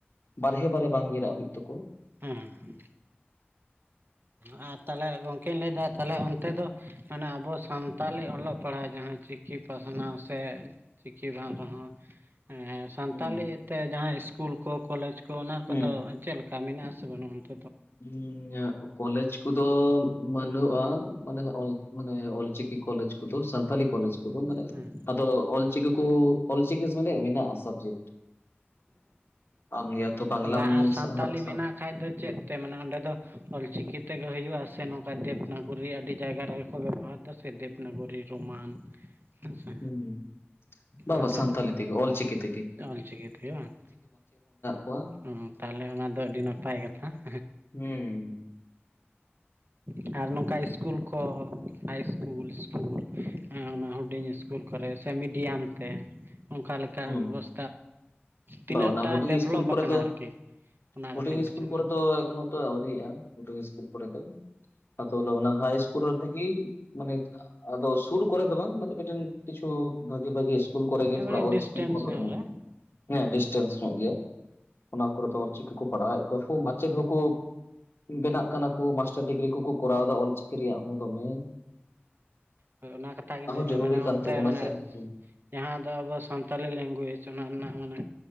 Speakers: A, on the left (about 65°); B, on the right (about 55°).
A: ᱵᱟᱨᱦᱮ ᱵᱟᱨᱮ ᱵᱟᱝ ᱧᱤᱨᱟᱜ ᱦᱩᱭᱩᱜ ᱛᱟᱠᱚᱣᱟ ᱾
B: ᱦᱮᱸᱻ ᱦᱩᱸ ᱻ ᱾ ᱟᱨ ᱛᱟᱦᱚᱞᱮ ᱜᱚᱢᱠᱮᱧ ᱞᱟᱹᱭᱫᱟ ᱛᱟᱦᱚᱞᱮ ᱚᱱᱛᱮ ᱫᱚ ᱢᱟᱱᱮ ᱟᱵᱚ ᱥᱟᱱᱛᱟᱞᱤ ᱚᱞᱚᱜ ᱯᱟᱲᱦᱟᱣ ᱡᱟᱦᱟᱸ ᱸ ᱪᱤᱠ ᱪᱤᱠᱤ ᱯᱟᱥᱱᱟᱣ ᱥᱮ ᱪᱤᱠᱤ ᱵᱟᱝ ᱨᱮᱦᱚᱸ ᱮᱸᱜ ᱥᱟᱱᱛᱟᱞᱤ
A: ᱦᱩᱸ
B: ᱛᱮ ᱡᱟᱦᱟᱸ ᱤᱥᱠᱩᱞ ᱠᱚ ᱠᱚᱞᱮᱡᱽ ᱠᱚ ᱚᱱᱟ ᱠᱚᱫᱚ
A: ᱦᱩᱸ
B: ᱪᱮᱫ ᱞᱮᱠᱟ ᱢᱮᱱᱟᱜᱼᱟ ᱥᱮ ᱵᱟᱹᱱᱩᱜ ᱟ ᱱᱤᱡ?
A: ᱩ-ᱧ-ᱧᱟ ᱠᱚᱞᱮᱡᱽ ᱠᱚᱫᱚ ᱵᱟᱹᱱᱩᱜᱼᱟ ᱢᱟᱱᱮ ᱢᱟᱱᱮ ᱚᱞᱪᱤᱠ ᱠᱤ ᱠᱚᱞᱡᱽ ᱠᱚᱫᱚ ᱥᱟᱱᱛᱟᱞᱤ ᱠᱚᱞᱡᱽ ᱠᱚᱫᱚ ᱢᱟᱱᱮ
B: ᱦᱮᱸ
A: ᱟᱫᱚ ᱚᱞᱪᱤᱠᱤ ᱠᱚ ᱹᱹᱹ ᱚᱞᱪᱤᱠᱤ ᱥᱚᱸᱜᱮ ᱢᱮᱱᱟᱜᱼᱟ ᱥᱟᱵᱡᱮᱴ ᱾ ᱟᱢ ᱱᱤᱭᱟ ᱛᱚ ᱵᱟᱝᱞᱟᱢ
B: ᱵᱟ ᱟᱨ ᱥᱟᱱᱛᱟᱞᱤ
A: ᱥᱟᱦᱟᱛ
B: ᱢᱮᱱᱟᱜ
A: ᱟ
B: ᱠᱷᱟᱡ ᱫᱚ ᱪᱮᱫ ᱛᱮ ᱢᱟᱱᱮ ᱚᱸᱰᱮ ᱫᱚ ᱚᱞᱪᱤᱠᱤ ᱛᱮᱜᱮ ᱦᱳᱭᱩᱳᱜᱼᱟ ᱥᱮ ᱱᱚᱝᱠᱟ ᱫᱮᱵᱽᱱᱟᱜᱚᱨᱤ? ᱟᱹᱰᱤ ᱡᱟᱭᱜᱟ ᱨᱮ ᱹᱹ. ᱹ ᱠᱚ ᱵᱮᱵᱚᱦᱟᱨ ᱫᱟ ᱥᱮ ᱫᱮᱵᱽᱱᱟᱜᱚᱨᱤ ᱨᱳᱢᱟᱱ? ᱦᱮᱸᱥᱮ
A: ᱦᱩᱸᱻ, ᱵᱟᱵᱟ
B: ᱟᱫᱚ
A: ᱥᱟᱱᱛᱟᱞᱤ ᱛᱮᱜᱮ ᱚᱞᱪᱤᱠᱤ ᱛᱮᱜᱮ ᱾
B: ᱚᱞᱪᱤᱠᱤ ᱛᱮᱜᱮ ᱵᱟᱝ,
A: ᱠᱚᱣᱟ
B: ᱩᱸ ᱛᱟᱦᱞᱮ ᱚᱱᱟ ᱫᱚ ᱟᱹᱰᱤ ᱱᱟᱯᱟᱭ ᱠᱟᱛᱷᱟ ᱾
A: ᱩᱸᱻ
B: ᱩᱹ ᱟᱨ ᱱᱚᱝᱠᱟ ᱥᱠᱩᱞ ᱠᱚ ᱦᱟᱭ ᱤᱥᱠᱩᱞ ᱤᱥᱠᱩᱞ ᱚᱱᱟ ᱦᱩᱰᱤᱧ ᱤᱥᱠᱩᱞ ᱾ ᱠᱚᱨᱮ ᱥᱮ ᱢᱤᱰᱤᱭᱟᱢ ᱛᱮ ᱚᱱᱠᱟ ᱞᱮᱠᱟ
A: ᱦᱩᱸ
B: ᱵᱮᱵᱚᱥ ᱛᱤᱱᱟᱹᱜ
A: ᱵᱟ ᱚᱱᱟ
B: ᱴᱟ
A: ᱦᱩᱰᱤᱧ
B: ᱰᱮᱵᱷᱞᱚᱯ
A: ᱤᱥᱠᱩᱞ ᱠᱚᱨᱮ
B: ᱟᱠᱟᱱᱟ
A: ᱫᱚ
B: ᱟᱨᱠᱤ? ᱚᱱᱟ
A: ᱦᱩᱰᱤᱧ
B: ᱠᱟᱛᱷᱟᱧ
A: ᱤᱥᱠᱩᱞ
B: ᱞᱟᱹᱭ ᱦᱚᱪᱚᱭᱫᱟ
A: ᱠᱚᱨᱮ ᱫᱚ ᱮᱠᱷᱚᱱᱛᱚ ᱟᱹᱣᱨᱤᱭᱟᱜᱼᱟ ᱦᱩᱰᱤᱝ ᱤᱥᱠᱩᱞ ᱠᱚᱨᱮ ᱫᱚ ᱟᱛᱳ ᱨᱮ ᱚᱱᱟ ᱦᱟᱭ ᱤᱥᱠᱩᱞ ᱨᱮ ᱞᱟᱜᱤ? ᱢᱟᱱᱮ ᱹᱹᱹ ᱟᱫᱚ ᱥᱩᱨ ᱠᱚᱨᱮ ᱫᱚ ᱵᱟᱝ ᱢᱟᱱ ᱢᱤᱫᱴᱮᱱ ᱠᱤᱪᱷᱩ ᱵᱷᱟᱜᱮ ᱵᱷᱟᱜᱮ ᱥᱤᱥᱠᱩᱞ ᱠᱚᱨᱮ ᱜᱮ
B: ᱦᱮᱸ
A: ᱛᱷᱚᱲᱟ
B: ᱢᱟᱱᱮ
A: ᱚᱞᱪᱤᱠᱤ
B: ᱰᱤᱥᱴᱮᱱᱥ
A: ᱠᱚ ᱢᱚᱴᱨᱚᱜ
B: ᱧᱚᱜ
A: ᱮᱱᱟ
B: ᱨᱮ
A: ᱾ ᱦᱮᱸ ᱰᱤᱥᱴᱮᱱᱥ ᱧᱚᱜ ᱜᱮᱭᱟ, ᱚᱱᱟ ᱠᱚᱨᱮ ᱫᱚ ᱚᱞᱪᱤᱠᱤ ᱠᱚ ᱯᱟᱲᱦᱟᱣᱮᱫ ᱠᱚᱣᱟ ᱢᱟᱪᱮᱫ ᱦᱚᱸᱠᱚ ᱵᱮᱱᱟᱜ ᱠᱟᱱᱟ ᱠᱚ ᱢᱟᱥᱴᱟᱨ ᱰᱤᱜᱽᱨᱤ ᱠᱚᱠᱚ ᱠᱚᱨᱟᱣ ᱮᱫᱟ ᱚᱞᱪᱤᱠᱤ ᱨᱮᱭᱟᱜ ᱦᱚᱸ ᱫᱚᱢᱮ ᱹᱹᱹᱹ
B: ᱩᱹᱻᱳᱭ ᱚᱱᱟ ᱠᱟᱛᱷᱟ ᱜᱤᱧ ᱞᱟᱹᱭᱫᱟ
A: ᱡᱚᱨᱩᱨᱤ
B: ᱢᱟᱱᱮ
A: ᱠᱟᱱ
B: ᱚᱱᱛᱮ
A: ᱛᱟᱵᱚᱱᱟ
B: ᱢᱟᱱᱮ
A: ᱥᱮ ᱦᱩᱸ
B: ᱹᱹᱻ ᱡᱟᱦᱟᱸ ᱫᱚ ᱟᱵᱚ ᱥᱟᱱᱛᱟᱞᱤ ᱞᱮᱝᱜᱩᱭᱮᱡᱽ ᱚᱱᱟ ᱨᱮᱱᱟᱜ ᱢᱟᱱᱮ